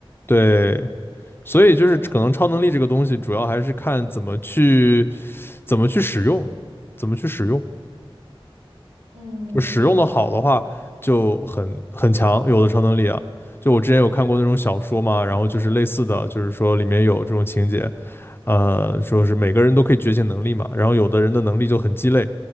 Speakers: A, on the left; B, on the right.
A: 对，所以就是可能超能力这个东西，
B: <laughs> 对，
A: 主要还是看怎么去怎么去使用，怎么去使用，
B: 嗯。
A: 就使用的好的话就很很强，有的超能力啊。就我之前有看过那种小说嘛，然后就是类似的，就是说里面有这种情节，呃，说是每个人都可以觉醒能力嘛，然后有的人的能力就很鸡肋，